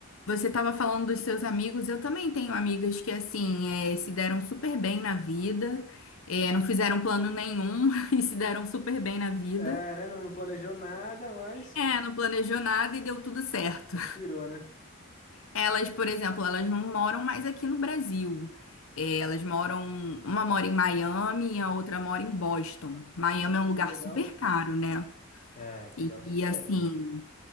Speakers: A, on the left (about 70°); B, on the left (about 35°).
A: você estava falando dos seus amigos. Eu também tenho amigas que assim é, se deram super bem na vida, é, não fizeram plano nenhum <laughs> e se deram super bem na vida.
B: É, né? Não, não planejou nada, mas
A: É, não planejou nada e deu tudo certo.
B: conspirou, né?
A: Elas, por exemplo, elas não moram mais aqui no Brasil. É, elas moram, uma mora em Miami e a outra mora em Boston. Miami
B: Caramba,
A: é um lugar
B: que legal.
A: super caro, né?
B: É, pior
A: E, e,
B: que é.
A: assim,